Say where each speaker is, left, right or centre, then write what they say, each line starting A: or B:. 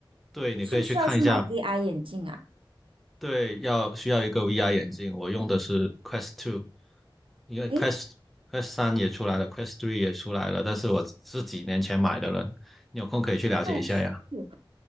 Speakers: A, in the centre; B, on the right (about 85°).
A: 对，你可以去看一下
B: 是不是要去买 VR 眼镜啊？
A: 对，要需要一个 VR 眼镜，我用的是 Quest Two，因为
B: 诶
A: Quest Quest 三也出来了，Quest Three 也出来了，但是我是几年前买的了，你有空可以去了解一下呀，
B: Quest q